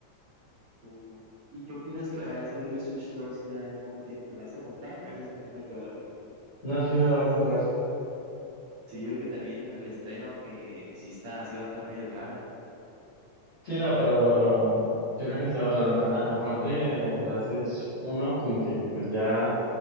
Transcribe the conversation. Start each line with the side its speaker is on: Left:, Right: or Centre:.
Right: Uh, ¿Y qué opinas que vaya a salir la Switch 2 ya en poco tiempo? ¿Te la vas a comprar o vas a esperar a que baje?
Left: No, sí me lo voy a comprar.
Right: Sí, yo que también en el estreno, aunque sí está, sí va a estar medio cara.
Left: Sí, no, pero um, yo creo que sí va a valer la pena. Aparte de la Switch uno como que pues ya